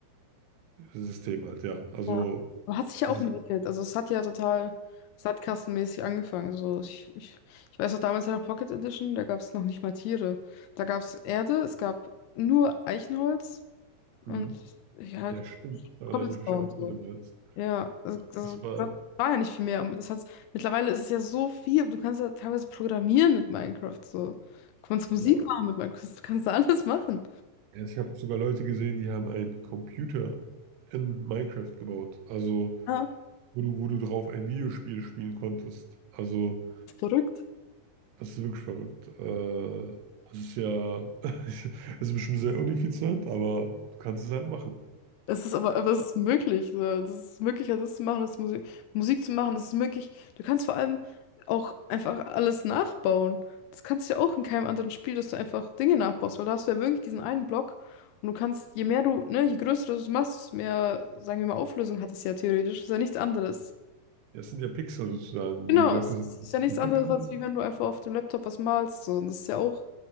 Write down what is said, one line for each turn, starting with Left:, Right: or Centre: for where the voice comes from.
Right: System halt, ja. Also
Left: Ja. Aber hat sich ja
Right: es
Left: auch
Right: ist,
Left: entwickelt. Also es hat ja total sandkastenmäßig angefangen. So, ich, ich, ich weiß noch damals in der Pocket Edition, da gab es noch nicht mal Tiere. Da gab es Erde, es gab nur Eichenholz und
Right: ein-
Left: ja,
Right: ja stimmt, daran
Left: Cobblestone
Right: erinnere ich mich auch
Left: und so.
Right: mit dem Holz.
Left: Ja, also, also,
Right: Das war,
Left: das war ja nicht viel mehr. Und Das hat, mittlerweile ist es ja so viel, aber du kannst ja teilweise programmieren mit Minecraft. So. Du kannst Musik
Right: ja,
Left: machen mit Minecraft, du kannst alles machen.
Right: Ja, ich habe sogar Leute gesehen, die haben einen Computer in Minecraft gebaut, also
Left: Ja,
Right: wo du, wo du drauf ein Videospiel spielen konntest. Also
Left: verrückt.
Right: das ist wirklich verrückt. Äh, das ist ja, <laughs> es ist bestimmt sehr ineffizient, aber du kannst es halt machen.
Left: Es ist aber, aber es ist möglich. So. Das ist möglich, also das zu machen, das Musik, Musik zu machen, das ist möglich. Du kannst vor allem auch einfach alles nachbauen. Das kannst du ja auch in keinem anderen Spiel, dass du einfach Dinge nachbaust, weil da hast du ja wirklich diesen einen Block und du kannst, je mehr du, ne, je größer du es machst, desto mehr, sagen wir mal, Auflösung hat es ja theoretisch. Ist ja nichts anderes.
Right: Ja, es sind ja Pixel sozusagen.
Left: Genau,
Right: Die Blöcke
Left: es
Right: sind
Left: ist ja nichts
Right: wie Pixel.
Left: anderes, als
Right: ne?
Left: wie wenn du einfach auf dem Laptop was malst. So. Und das ist ja auch